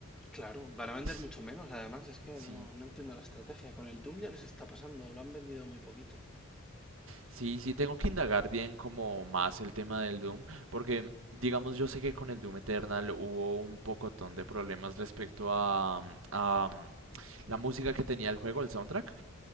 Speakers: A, in the centre; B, on the right.
A: Claro, van a vender
B: Es-
A: mucho menos, además, es que
B: Sí,
A: no, no entiendo la estrategia. Con el Doom ya les está pasando, lo han vendido muy poquito.
B: Sí, sí, tengo que indagar bien como más el tema del Doom, porque digamos yo sé que con el Doom Eternal hubo un pocotón de problemas respecto a, mm, a mm, la música que tenía el juego, el soundtrack,